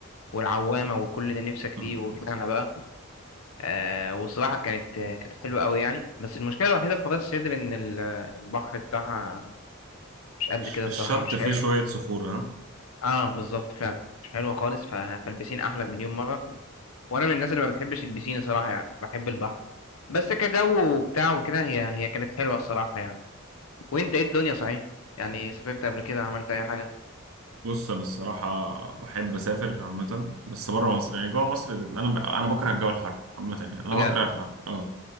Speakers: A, on the left; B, on the right.
A: والعوامه وكل اللي نفسك فيه
B: مم.
A: وطلعنا بقى آه وصراحه كانت كانت حلوه قوي يعني بس المشكله الوحيده في راس سدر ان ال- البحر بتاعها مش قد
B: الش-
A: كده الصراحه
B: الشط
A: مش
B: فيه
A: حلو
B: شويه صخور ها
A: اه بالظبط فعلا مش حلوه خالص ف- فالبسين احلى مليون مره وانا من الناس اللي ما بتحبش البسين صراحه يعني بحب البحر بس كجو وبتاع وكده هي هي كانت حلوه الصراحه يعني وانت ايه الدنيا صحيح يعني سافرت قبل كده عملت اي حاجه
B: بص انا الصراحه بحب اسافر عامه بس بره مصر يعني جوه مصر انا ب... انا بكره الجو الحر عامه يعني انا
A: بجد
B: بكره الحر اه